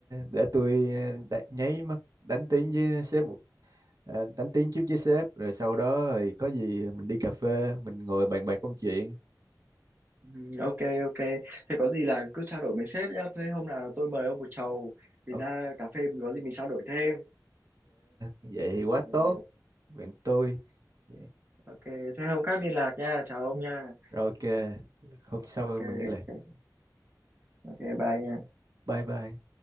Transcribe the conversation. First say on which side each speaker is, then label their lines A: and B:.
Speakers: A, on the right; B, on the right.
A: để tôi ờ, đá- nháy mắt đánh tiếng với sếp một à, đánh tiếng trước với sếp rồi sau đó rồi có gì mình đi cà phê mình ngồi bàn bạc công chuyện
B: ừ, ok ok thế có gì là cứ trao đổi với sếp nhá thế hôm nào tôi mời ông một chầu thì
A: ok
B: ra cà phê mình có gì mình trao đổi thêm
A: vậy thì quá
B: ok
A: tốt bạn tôi Dạ.
B: ok thế hôm khác liên lạc nha chào ông nha
A: rồi ok hôm sau
B: ok
A: mình liên lạc
B: ok ok bye nha
A: bye bye